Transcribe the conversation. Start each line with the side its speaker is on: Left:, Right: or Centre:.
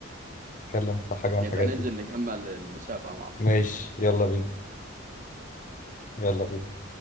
Left: نتكلم في حاجة من
Right: نبقى
Left: الحاجات
Right: ننزل
Left: دي
Right: نكمل المسابقة مع بعض
Left: ماشي يلا بينا يلا بينا